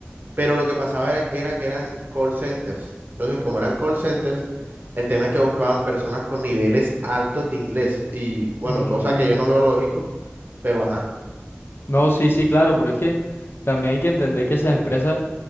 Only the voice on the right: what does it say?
Pero lo que pasaba era, era que eran call centers. Entonces, como eran call centers, el tema es que buscaban personas con niveles altos de inglés. Y bueno,
cosa que yo no veo lógico, pero ajá.